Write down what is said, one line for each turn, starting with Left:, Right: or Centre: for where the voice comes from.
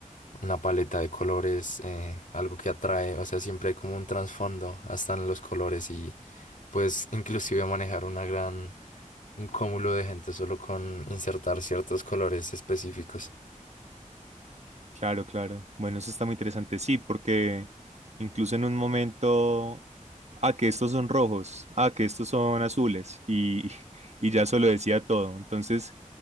Left: una paleta de colores, eh, algo que atrae, o sea, siempre hay como un trasfondo hasta en los colores y puedes inclusive manejar una gran, un cúmulo de gente solo con insertar ciertos colores específicos.
Right: Claro, claro. Bueno, eso está muy interesante. Sí, porque incluso en un momento, ah, que estos son rojos, ah, que estos son azules, y, <laughs> y ya eso lo decía todo. Entonces,